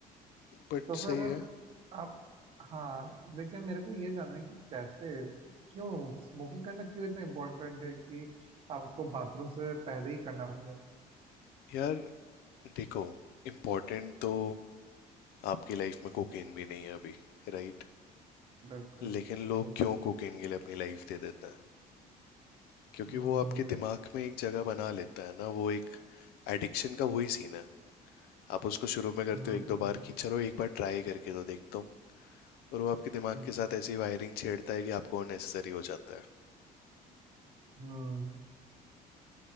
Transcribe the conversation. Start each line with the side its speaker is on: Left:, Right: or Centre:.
Left: बट
Right: तो
Left: सही
Right: फिर
Left: है
Right: आप हाँ लेकिन मेरे को ये जानना है कि कैसे क्यों स्मोकिंग करना क्यों इतना इम्पोर्टेंट है कि आपको बाथरूम से पहले ही करना पड़े
Left: यार देखो इम्पोर्टेंट तो आपकी लाइफ में कोकेन भी नहीं है अभी राइट
Right: बिल्कुल
Left: लेकिन लोग
Right: बिल्कुल
Left: क्यों कोकेन के लिए अपनी लाइफ दे देते हैं क्योंकि
Right: हम्म
Left: वो आपके
Right: हम्म
Left: दिमाग में एक जगह बना लेता है ना वो एक एडिक्शन का वही सीन है आप उसको शुरू में करते
Right: हम्म
Left: हो एक दो
Right: हम्म
Left: बार कि चलो एक बार ट्राई करके तो देखता हूँ और वो आपके दिमाग
Right: हम्म,
Left: के साथ ऐसी वायरिंग छेड़ता है कि आपको अननेसेसरी हो जाता है
Right: हम्म।